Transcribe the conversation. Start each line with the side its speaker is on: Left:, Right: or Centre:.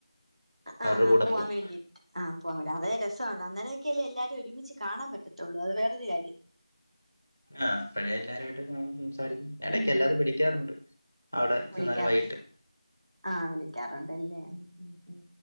Left: അവരുടെ
Right: ആഹ് ആഹ്
Left: കൂടെ
Right: പുവാ
Left: പോകും
Right: വേണ്ടി ആഹ് പോവാൻ പറ്റും അത് രസണ് അങ്ങനെയൊക്കെല്ലേ എല്ലാരു ഒരുമച്ച് കാണ പറ്റത്തോള്ളൂ അത് വേറൊരു കാര്യം
Left: ആഹ് അപ്പഴേ എല്ലാവരുയിട്ടുകാണും സംസാരിക്കും എടകെല്ലാരും
Right: ഉം
Left: വിളിക്കാറുണ്ട് അവടെ
Right: വിളിക്കാറ്
Left: ചെന്നാല് വൈകിട്ട്
Right: ആഹ് വിളിക്കാറുണ്ടല്ലേ ഉം ഉം ഉം